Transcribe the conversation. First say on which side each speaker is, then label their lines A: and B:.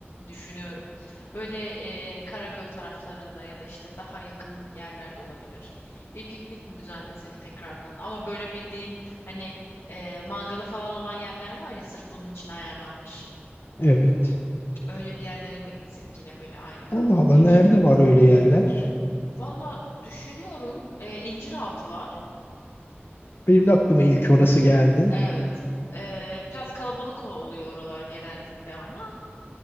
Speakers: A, on the left; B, on the left.
A: düşünüyorum. Böyle e, Karagöl taraflarında ya da işte daha yakın yerlerde olabilir. Bir piknik mi düzenlesek tekrardan? Ama böyle bildiğin hani e, mangalı falan olan yerler var ya sırf bunun için ayarlanmış.
B: Evet.
A: Öyle bir yerlere mi gitsek yine böyle aynı kalabalık
B: Allah Allah
A: ekiple?
B: nerede var öyle yerler?
A: Valla düşünüyorum. E, İnciraltı var.
B: Benim de aklıma ilk orası geldi.
A: Evet. Ee, biraz kalabalık oluyor oralar genellikle ama